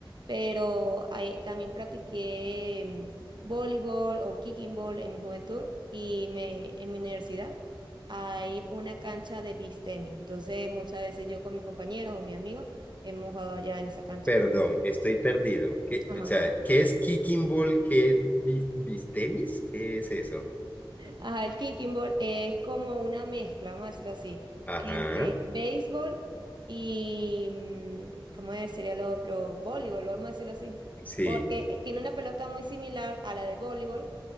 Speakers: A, on the right; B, on the left.
A: pero ahí también practiqué mm, voleibol o kicking ball en mi juventud y me, en mi universidad hay una cancha de beach tenis. Entonces muchas veces yo con mis compañeros o mis amigos hemos jugado allá en esa cancha.
B: Perdón, estoy perdido. ¿Qué,
A: Ajá.
B: o sea, ¿qué es kicking ball? ¿Qué es bi- bistenis? ¿Qué es eso?
A: Ajá, el kicking ball es como una mezcla, vamos a decirlo así,
B: Ajá,
A: entre béisbol y, mm, ¿cómo es? sería lo otro? Voleibol, vamos a decirlo así,
B: sí.
A: porque eh, tiene una pelota muy similar a la de voleibol,